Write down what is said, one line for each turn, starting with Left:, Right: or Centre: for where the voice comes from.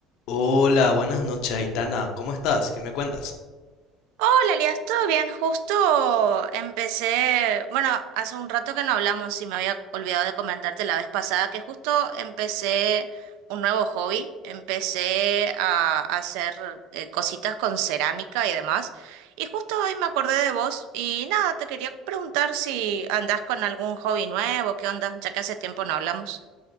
Left: Hola, buenas noches, Aitana. ¿Cómo estás? ¿Qué me cuentas?
Right: Hola, Elias, ¿todo bien? Justo empecé, bueno, hace un rato que no hablamos y me había olvidado de comentarte la vez pasada que justo empecé un nuevo hobby, empecé a hacer eh, cositas con cerámica y demás. Y justo hoy me acordé de vos y nada, te quería preguntar si andás con algún hobby nuevo, ¿qué onda? Ya que hace tiempo no hablamos.